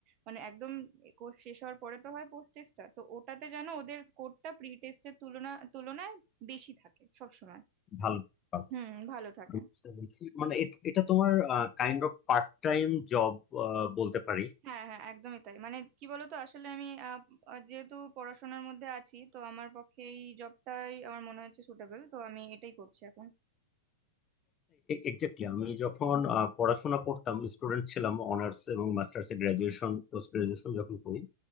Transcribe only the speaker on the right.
মানে একদম কোর্স শেষ হওয়ার পরে তো হয় পোস্ট টেস্টটা তো ওটাতে যেন ওদের স্কোরটা প্রি টেস্টের তুলনা তুলনায় বেশি থাকে সবসময়
হুম ভালো থাকে
হ্যাঁ হ্যাঁ একদমই তাই মানে কি বলতো আসলে আমি আহ, আহ, যেহেতু পড়াশোনার মধ্যে আছি তো আমার পক্ষে এই জবটাই আমার মনে হচ্ছে সুটেবল তো আমি এটাই করছি এখন